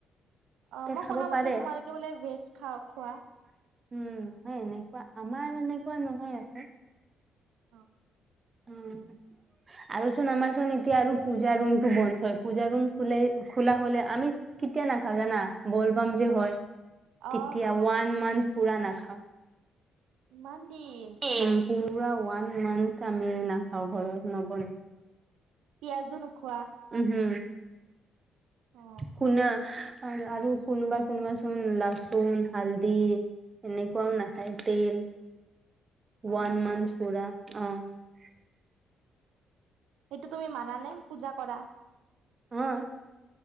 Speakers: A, on the right; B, on the right.
A: অ
B: তে
A: মই
B: খাব
A: শুনা মতে
B: পাৰে।
A: তোমালোকে বোলে ভেজ খাওঁ, খোৱা?
B: উম হয় এনেকুৱা আমাৰ এনেকুৱা নহয় আক।
A: অ।
B: উম আৰু চোন আমাৰ চোন এতিয়া আৰু পূজা ৰুমটো বন্ধ হয়। পূজা ৰুম খুলেই খুলা হলে আমি কেতিয়া নাখাও জানা। বলবাম যে হয়
A: অ
B: তেতিয়া ৱান মান্থ পুৰা নাখাওঁ।
A: ইমান
B: <unintelligible>
A: দিন
B: পুৰা ওৱান মান্থ আমি নাখাওঁ ঘৰত নবনে।
A: পিয়াজো নোখোৱা?
B: উহু,
A: অ
B: শুনা আৰু কোনোবা কোনোবাচোন লাচুন, হালদি এনেকুৱাও নাখায় তেল।
A: অ
B: ৱান মান্থ পুৰা। অ'।
A: এইটো তুমি মানা নে, পূজা কৰা?
B: হা।